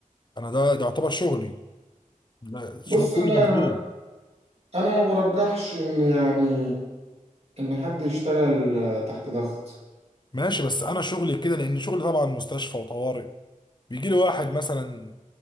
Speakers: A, on the left (about 35°); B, on the right (about 45°).
A: انا ده ده يعتبر شغلي لا، شغل
B: بص أنا
A: كله مضغوط
B: أنا ما برجحش إن يعني إن حد يشتغل آه، تحت ضغط
A: ماشي بس انا شغلي كده لان شغلي طبعا مستشفى وطوارئ بيجي لي واحد مثلا